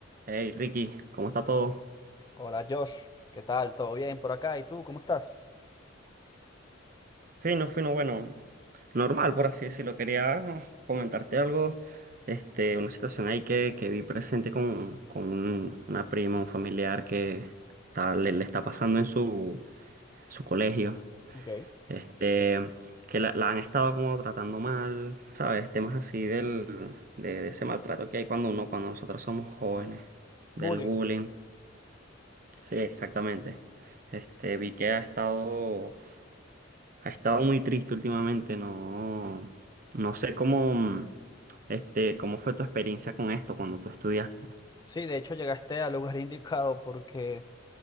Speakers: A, on the right; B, on the left.
A: Hey Ricky, ¿cómo está todo?
B: Hola Josh, ¿qué tal? ¿Todo bien por acá? ¿Y tú cómo estás?
A: Fino, fino, bueno, normal por así decirlo. Quería comentarte algo, este, una situación ahí que, que vi presente con, con un- una prima, un familiar que está- le, le está pasando en su, su colegio,
B: Ok.
A: este, que la, la han estado como tratando mal, ¿sabes? Temas así del, de, de ese maltrato que hay cuando uno, cuando nosotros somos jóvenes, del
B: Bullying.
A: bullying. Sí, exactamente. Este, vi que ha estado Ha estado muy triste últimamente, no, no sé cómo, mm, este, cómo fue tu experiencia con esto cuando tú estudiaste.
B: Sí, de hecho llegaste al lugar <laughs> indicado porque